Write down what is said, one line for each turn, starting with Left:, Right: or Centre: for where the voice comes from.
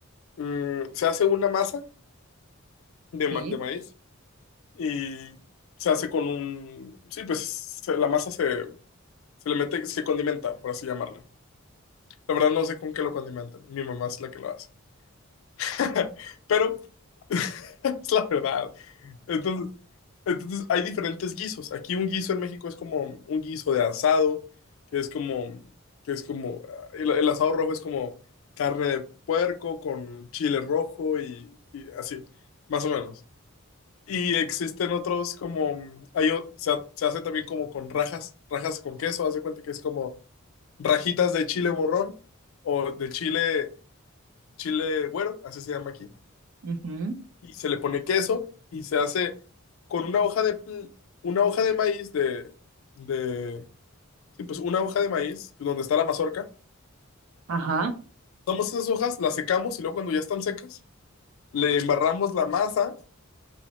Left: mm, se hace una masa de,
Right: Sí.
Left: ma- de maíz y se hace con un... Sí, pues se- la masa se, se le mete, se condimenta, por así llamarla. La verdad no sé con qué lo condimentan. Mi mamá es la que lo hace. <laughs> Pero <laughs> es la verdad. entonces Entonces hay diferentes guisos. Aquí un guiso en México es como un guiso de asado, que es como, que es como, ah, el, el asado rojo es como carne de puerco con chile rojo y, y así, más o menos. Y existen otros como, hay, o- se, ha- se hace también como con rajas, rajas con queso, Haz de cuenta que es como rajitas de chile morrón o de chile, chile güero, así se llama aquí
Right: ujú,
Left: y se le pone queso y se hace con una hoja de, pl- una hoja de maíz de, de, sí, pues una hoja de maíz donde está la mazorca.
Right: Ajá.
Left: Tomamos esas hojas, las secamos y luego cuando ya están secas, le embarramos la masa